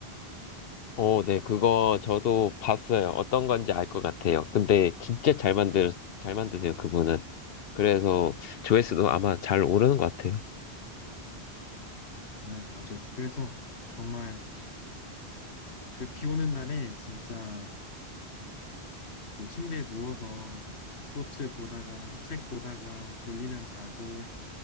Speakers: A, on the left; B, on the left.
A: 어, 네, 그거 저도 봤어요. 어떤 건지 알 것 같아요. 근데 진짜 잘 만들, 잘 만드세요, 그분은. 그래서 조회수도 아마 잘 오르는 것 같아요.
B: 네, 맞아요. 그래서 정말 그 비 오는 날에 진짜 그 침대에 누워서 쇼츠 보다가 책 보다가 졸리면 자고,